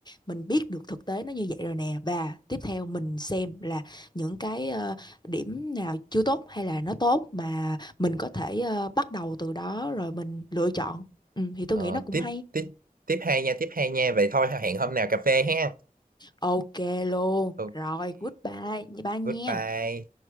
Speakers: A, on the left; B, on the right.
A: mình biết được thực tế nó như vậy rồi nè và tiếp theo mình xem là những cái ờ, điểm nào chưa tốt hay là nó tốt mà mình có thể ờ, bắt đầu từ đó rồi mình lựa chọn ừ, thì tôi
B: ờ,
A: nghĩ nó cũng
B: tiếp
A: hay
B: tiếp tiếp hai nha, tiếp hai nha. Vậy thôi hẹn hôm nào cà phê ha.
A: Ok luôn.
B: Ok,
A: Rồi, goodbye. Bye nha.
B: goodbye.